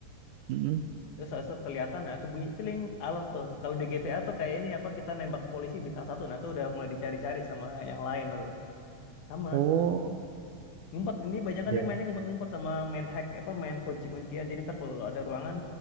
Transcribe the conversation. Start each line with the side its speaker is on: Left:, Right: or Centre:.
Right: Mm-mm.
Left: Terus habis itu kelihatan nah tuh bunyi celing alert tuh. Kalau di G T A tuh kayak ini apa kita nembak polisi bintang satu nah tuh udah mulai dicari-cari sama yang lain nah, tuh. Sama
Right: Oh,
Left: ngumpet ini banyak kan
Right: Ya.
Left: dia mainnya ngumpet-ngumpet sama main hack apa main kunci-kuncian. Jadi ntar kalau ada ruangan